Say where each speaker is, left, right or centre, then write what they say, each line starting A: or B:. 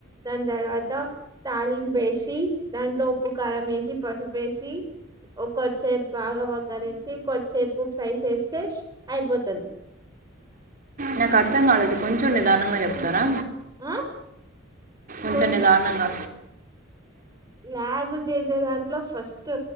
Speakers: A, on the right (about 20°); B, on the right (about 45°).
A: దాని తర్వాత తాలిం వేసి దాంట్లో ఉప్పు కారం వేసి పసుపేసి కొద్దిసేపు బాగ మగ్గ నుంచి కొద్దిసేపు ఫ్రై చేస్తే అయిపోతుంది
B: నాకు అర్థం కాలేదు కొంచెం నిదానంగా చెప్తాను
A: ఆ
B: ఉంచం
A: కొంచ
B: ని దారుణంగా
A: లాగు చేసే దాంట్లో ఫస్ట్